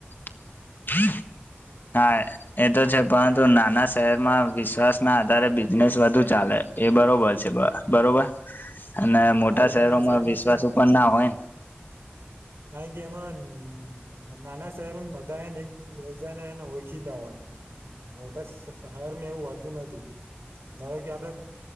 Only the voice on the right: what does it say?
હા એ તો
વાત સાચી
જ છે ને
કારણ કે એમાં ન નાના શહેરમાં બધાય ને એક બીજાને ઓળખીતા હોય મોટા શ શ શહેરમાં એવુ હોતું નથી. ધારો કે આપડે